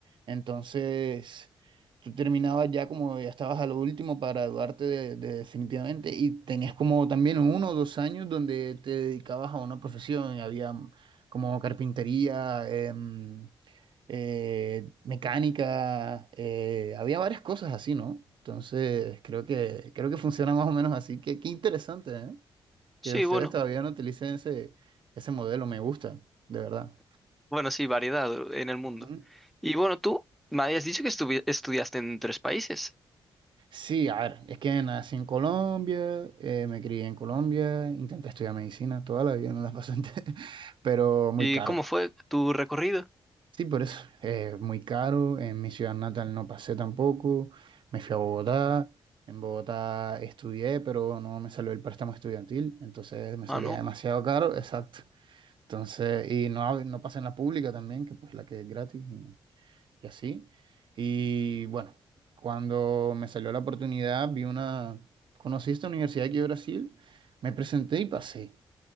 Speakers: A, on the right; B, in the centre.
A: Entonces, tú terminabas ya como ya estabas a lo último para graduarte de, de definitivamente y tenías como también uno o dos años donde te dedicabas a una profesión. Había como carpintería, em, eh, mecánica, eh, había varias cosas así, ¿no? Entonces, creo que, creo que funciona más o menos así. Qué, qué interesante, ¿eh? Que
B: Sí,
A: ustedes
B: bueno,
A: todavía no utilicen ese, ese modelo, me gusta, de verdad.
B: bueno, sí, variedad en el mundo.
A: Ujú.
B: Y bueno, tú me habías dicho que estuvi- estudiaste en tres países.
A: Sí, a ver, es que nací en Colombia, eh, me crié en Colombia, intenté estudiar medicina toda la vida, no la pasé, <laughs> pero muy
B: ¿Y
A: caro.
B: cómo fue tu recorrido?
A: Sí, por eso. Es muy caro. En mi ciudad natal no pasé tampoco. Me fui a Bogotá. En Bogotá estudié, pero no me salió el préstamo estudiantil. Entonces me salía
B: Ah, no.
A: demasiado caro. Exacto. Entonces, y no, hab- no pasé en la pública también, que pues la que es gratis. y no y así. Y bueno, cuando me salió la oportunidad, vi una, conocí esta universidad aquí de Brasil, me presenté y pasé.